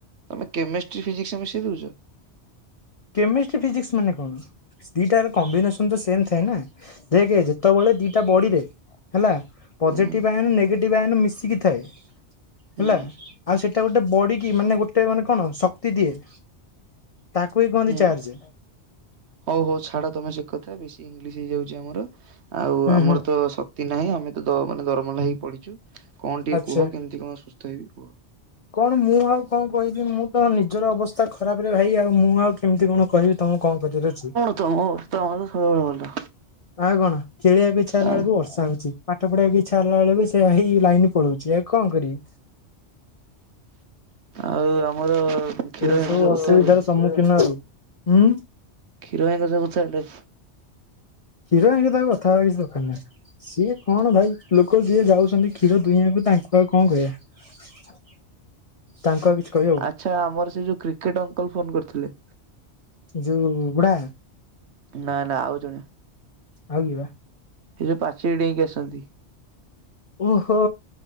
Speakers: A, on the right; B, on the left.
A: ତମେ କେମେଷ୍ଟ୍ରି ଫିଜିକ୍ସ ମିଶି ଦଉଛ
B: କେମେଷ୍ଟ୍ରି ଫିଜିକ୍ସ ମାନେ କଣ ଦିଟା କମ୍ବିନେସନ ତ ସେମ ଥାଏ ନା ଦେଖ ଯେତେବେଳେ ଦିଟା ବଡିରେ ହେଲା ପଜିଟିଭ
A: ହୁଁ
B: ଆଇନ ନେଗେଟିଭ ଆଇନ ମିଶିକି ଥାଏ ହେଲା
A: ହୁଁ
B: ଆଉ ସେଇଟା ଗୋଟେ ବଡିକି ମାନେ ଗୋଟେ ମାନେ କଣ ଶକ୍ତି ଦିଏ ତାକୁ ବି କୁହନ୍ତି
A: ହୁଁ।
B: ଚାର୍ଜ
A: ହଉ ହଉ ଛାଡା ତମେ ସେ କଥା ବେଶୀ ଇଂଲିଶ ହେଇଯାଉଛି ଆମର ଆଉ
B: ହୁଁ
A: ଆମର
B: ହୁଁ
A: ତ ଶକ୍ତି ନାହିଁ ଆମେ ତ ମାନେ ଦରମଲା ହେଇକି ପଡିଛୁ କଣ ଟିକେ
B: ଆଚ୍ଛା
A: କୁହ କେମତି କଣ ସୁସ୍ଥ ହେବି କୁହ।
B: କଣ ମୁଁ ଆଉ କଣ କହିବି ମୁଁ ତ ନିଜର ଅବସ୍ ଖରାପରେ ଭାଇ ଆଉ ମୁଁ ଆଉ କେମିତି କଣ କହିବି ତମକୁ କଣ କରିବାର ଅଛି।
A: ତମ ତମ ତ ସଦାବେଳେ ଭଲ।
B: ଆଉ କଣ ଖେଳବାକୁ ଇଚ୍ଛା ହେଲା
A: ଆ
B: ବେଳକୁ ବର୍ଷା ହୋଉଛି ପାଠ ପଢିବାକୁ ଇଚ୍ଛା ହେଲା ବେଳକୁ ସେ ଭାଇ ଲାଇନ ପଳୋଉଚି ଆଉ କଣ କରିବି।
A: ଆଉ ଆମର କ୍ଷୀର
B: ଏ
A: ଭାଇଙ୍କ
B: ସବୁ
A: ସହ କଥା
B: ଅସୁବିଧାର
A: ହେଲେ?
B: ସମ୍ମୁଖୀନ ହେବୁ ଉଁ।
A: କ୍ଷୀର ଭାଇଙ୍କ ସହ କଥାହେଲେ?
B: କ୍ଷୀର ଭାଇଙ୍କ ତାଉ କଥା ହବା କିଛି ଦରକାର ନାଇ। ସିଏ କଣ ଭାଇ ଲୋକ ଯିଏ ଯାଉଛନ୍ତି କ୍ଷୀର ଦୁହିଁବାକୁ ତାଙ୍କୁ ଆଉ କଣ କହିବା। ତାଙ୍କୁ ଆଉ କିଛି କହିହବ।
A: ଆଚ୍ଛା ଆମର ସେଇ ଯୋଉ କ୍ରିକେଟ୍ ଅଙ୍କଲ ଫୋନ କରିଥିଲେ।
B: ଯୋଉ ବୁଢା
A: ନା ନା ଆଉ ଜଣେ
B: ଆଉ କିଏ ବା?
A: ଏଇ ଯୋଉ ପାଚେରି ଡେଇଁକି ଆସନ୍ତି।
B: ଓହୋ